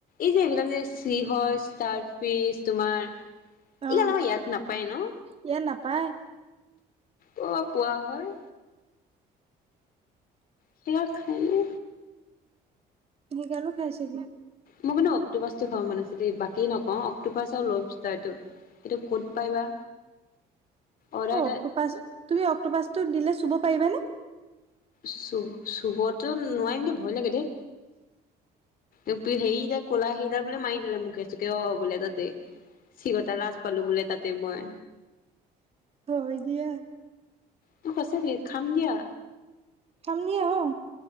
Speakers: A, on the left (about 60°); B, on the right (about 35°).
A: এই যে এইবিলাক যে চি হয় ষ্টাৰফিছ তোমাৰ এই
B: অ
A: বিলাক আমাৰ ইয়াত নাপায় ন
B: ইয়াত নাপায়
A: ক'ত পোৱা হয়? সেইবিলাক খাইনে
B: সেইগালো খাই চাগে
A: মই কিন্তু অক্টোপাছ টো খাব মানে দেই বাকী নকওঁ অক্টোপাছ আও লভ ষ্টাৰটো এইটো ক'ত পাই বা অৰ্ডাৰ
B: অ
A: এটা
B: অক্টোপাছ তুমি অক্টোপাচটো দিলে চুব পাৰিবানে
A: চুব চুবতো নোৱাৰিম দে ভয় লাগে দে ইপি সেইযে ক'লা সেইডাল বোলে মাৰি দিলে মুখে চুকে অ বোলে তাতে চিকটা লাজ পালো বোলে তাতে মই
B: হয় দিয়া
A: মই সঁচাকে খাম দিয়া
B: খাম দিয়া অ